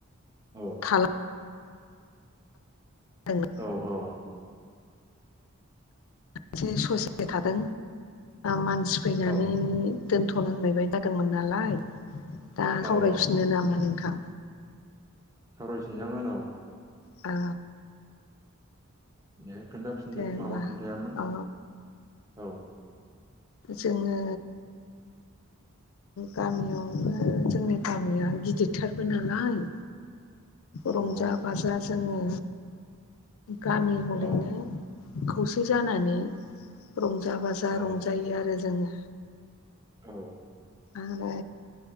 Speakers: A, on the right (about 15°); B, on the left (about 75°).
A: औ
B: थाला <unintelligible>
A: औ औ
B: एसे ससे थादों मानसि फैनानै
A: औ
B: दोनथ'नांलनायबाय जादोंमोन नालाय दा
A: औ
B: सावरायफिनो
A: औ
B: नामा नोंथां
A: सावराय सिनजागानाव ओ
B: औ
A: दे खोन्थाफिनदो
B: दे होमबा
A: मामा खोन्थायामोन
B: औ
A: औ
B: जोङो गामियावनो जोंनि गामिया गिदिरथारबो नालाय
A: <inaudible>
B: रंजा
A: औ
B: बाजा जोङो गामि हलैनो
A: औ
B: खौसे जानानै रंजा बाजा
A: औ
B: रंजायो आरो जोङो
A: औ
B: आरो